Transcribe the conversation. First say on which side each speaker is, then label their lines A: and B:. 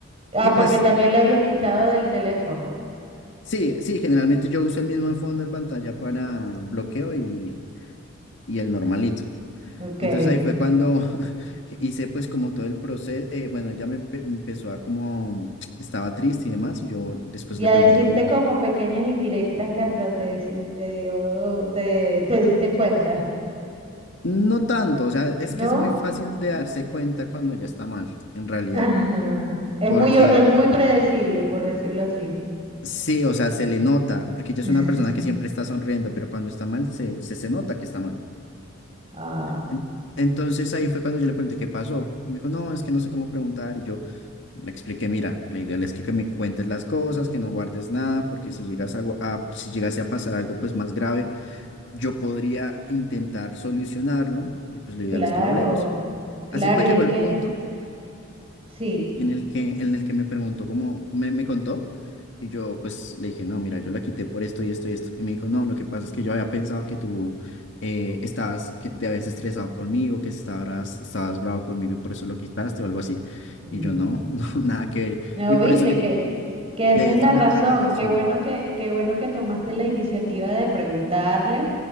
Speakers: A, on the right; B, on the left.
A: ah,
B: Y pues
A: porque también lo habías quitado del teléfono.
B: sí, sí, generalmente yo uso el mismo fondo de pantalla para bloqueo y, y el normalito.
A: Ok.
B: Entonces ahí fue cuando <laughs> hice pues como todo el proceso, eh, bueno, ella me empe- empezó a como, estaba triste y demás, y yo después
A: Y
B: le
A: a
B: pregunté
A: decirte
B: como,
A: como pequeñas indirectas que hasta te hiciste, te dio, te, te diste cuenta,
B: No tanto, o sea, es
A: ¿no?
B: que es muy fácil de darse cuenta cuando ya está mal, en
A: <laughs>
B: realidad,
A: Ajá. Es
B: porque
A: muy, o- es muy predecible, por decirlo así.
B: sí, o sea, se le nota, porque ella
A: <laughs>
B: es una persona que siempre está sonriendo, pero cuando está mal se, se, se nota que está mal.
A: Ah,
B: En- Entonces ahí fue cuando yo le pregunté qué pasó, y me dijo, no, es que no sé cómo preguntar, y yo le expliqué, mira, la idea es que, que me cuentes las cosas, que no guardes nada, porque si llegas a, gu- a- si llegase a pasar algo pues más grave, yo podría intentar solucionarlo, y pues lo ideal
A: claro,
B: es que lo hablemos.
A: claro,
B: Así pues
A: y
B: llegó
A: es
B: el
A: que
B: punto
A: sí.
B: en el que, en el que me preguntó cómo me, me contó y yo pues le dije, no, mira, yo la quité por esto y esto y esto. Y me dijo, no, lo que pasa es que yo había pensado que tú eh, estabas, que te habías estresado conmigo, que estabas, estabas bravo conmigo y por eso lo quitaste o algo así.
A: Mm.
B: Y yo no, <laughs> no, nada que ver.
A: No,
B: Y
A: viste
B: por eso le dije,
A: que, que esa
B: y ahí
A: es
B: es
A: la
B: donde
A: razón.
B: te doy la razón.
A: Qué bueno que, qué bueno que tomaste la iniciativa de preguntarle,